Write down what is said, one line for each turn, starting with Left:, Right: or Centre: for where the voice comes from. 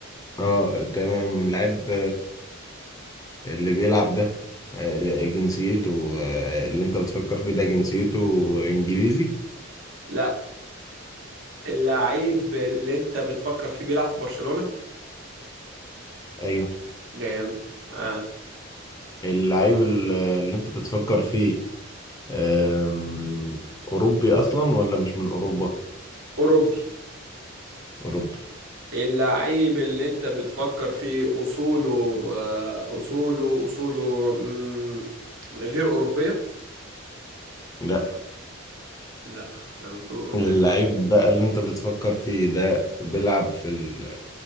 Left: اه تمام اللعيب اللي بيلعب ده آه، جنسيته آه، اللي انت بتفكر فيه ده جنسيته انجليزي
Right: لا اللعيب اللي انت بتفكر فيه بيلعب في برشلونة
Left: ايوه
Right: جامد اه
Left: اللعيب ال- اللي انت بتفكر فيه آم، اوروبي اصلا ولا مش من اوروبا
Right: اوروبي
Left: اوروبي
Right: اللعيب اللي انت بتفكر فيه اصوله آه اصوله اصوله مم، غير اوروبية
Left: لا
Right: لا يعني اصوله اوروبية
Left: اللعيب بقى اللي انت بتفكر فيه ده بيلعب في ال-